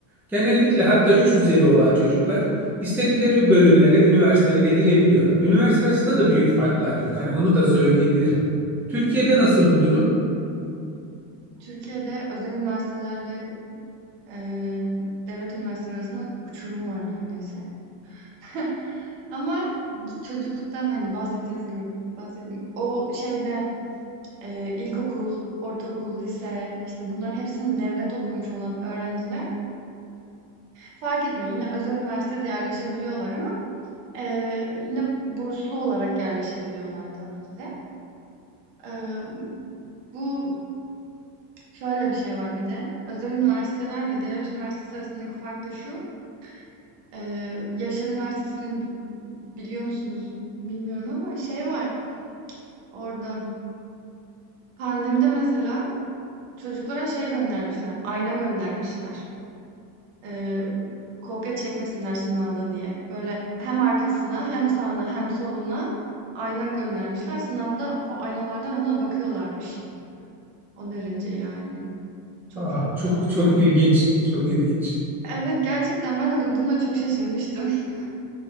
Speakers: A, in the centre; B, on the right.
A: genellikle hatta 3 üzeri olan çocuklar istedikleri bölümlere, üniversitelere girebiliyorlar. Üniversite arasında da büyük farklar yok. Hani onu da söyleyebilirim. Türkiye'de nasıl bu durum?
B: Türkiye'de özel üniversitelerle eee, devlet üniversiteleri arasında uçurum var neredeyse. <laughs> Ama çocukluktan, hani, bahsettiğiniz gibi bahsettiğim o şeyde, eee, ilkokul, ortaokul, lise, işte, bunların hepsini devlet okumuş olan öğrenciler fark etmiyor. Yine özel üniversiteye yerleşebiliyorlar ama, eee, yine burslu olarak yerleşebiliyorlar tabii ki de. Eee, bu şöyle bir şey var bir de, özel üniversitelerle devlet üniversitesi arasındaki fark da şu, eee, Yaşar Üniversitesi'ni biliyor musunuz bilmiyorum ama şey var orada, Pandemide mesela çocuklara şey göndermişler, ayna göndermişler. Eee, kopya çekmesinler sınavda diye. Böyle hem arkasına hem sağına hem soluna ayna göndermişler. Sınavda o aynalardan ona bakıyorlarmış. O derece yani. Çok
A: Aa,
B: fazla.
A: çok çok ilginç, çok ilginç.
B: Evet gerçekten ben de duyduğumda çok şaşırmıştım. <laughs>